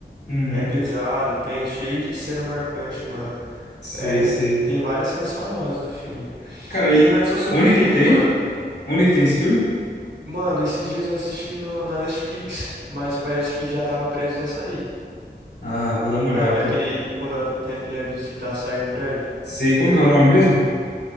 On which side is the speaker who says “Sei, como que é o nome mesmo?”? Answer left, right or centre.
Left